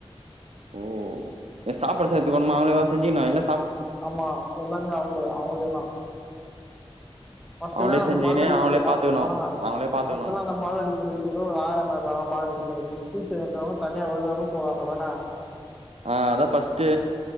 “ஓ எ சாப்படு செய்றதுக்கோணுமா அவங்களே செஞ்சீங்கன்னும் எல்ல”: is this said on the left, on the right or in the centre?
Right